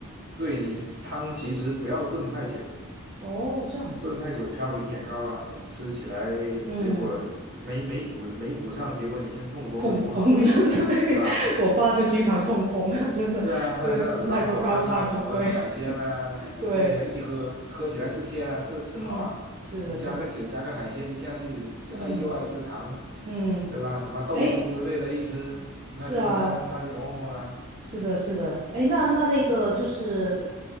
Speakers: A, on the right; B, on the right.
A: 对你汤其实不要炖太久，
B: 哦，这样子，
A: 炖太久嘌呤也高啊，你吃起来
B: 嗯，
A: 结果没没补没补上，结果你先痛风了就不好了，
B: 痛风了，<laughs> 对，
A: 是吧？
B: 我爸就经常痛风了，真的，
A: 是啊，那那老火汤啊，
B: 就是吃太多高汤了，
A: 什么海鲜啊，
B: 对对。
A: 这些一喝喝起来是鲜啊，是是好啊。
B: 嗯，是的，
A: 你加个酒，
B: 是的，
A: 加个海鲜一下去，就哎又爱吃糖，
B: 嗯嗯，
A: 对吧？什么豆酥之类的，
B: 哎，
A: 一吃那就那那就哦吼了。
B: 是啊，是的，是的，哎，那那那个就是，